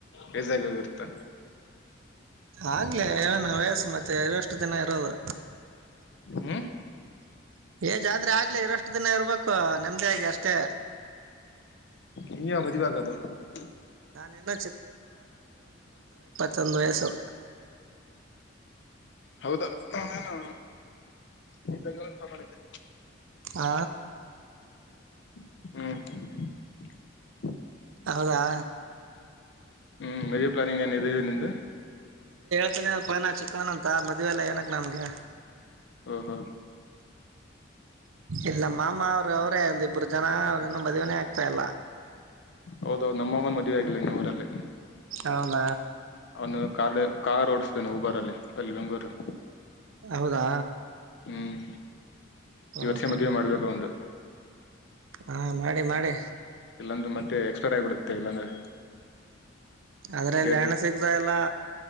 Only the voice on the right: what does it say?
ಆಗ್ಲೇ ಏನು ವಯಸ್ಸು ಮತ್ತೆ ಎಷ್ಟು ದಿನ ಇರೋದು.
ಏಜಾದ್ರೆ ಆಗ್ಲಿ ಇರಷ್ಟು ದಿನ ಇರ್ಬೇಕು ನೇಮ್ಡಿಯಾಗಿ ಅಷ್ಟೇ.
ನಾನು ಇನ್ನೂ ಸಂದು ವಯಸು.
ಹ
ಹೌದಾ
ಮ ಪನ ಚಿಕನ್ ಅಂತ ಮದ್ವೆಲ್ಲ ಏನಕ್ಕೆ ನಮ್ಗೆ
ಇಲ್ಲ ಮಾಮ ಅವರ ಅವರು ಒಂದ್ ಇಬ್ರು ಜನ ಅವ್ರೇನು ಮದ್ನೆೇ ಆಗ್ತಾ ಇಲ್ಲ
ಹೌದ
ಹೌದಾ
ಓಹೋ
ಹಾ ಮಾಡಿ ಮಾಡಿ
ಆದ್ರೆ
ನ್ಯಾಣ ಸಿಗ್ತ ಇಲ್ಲಾ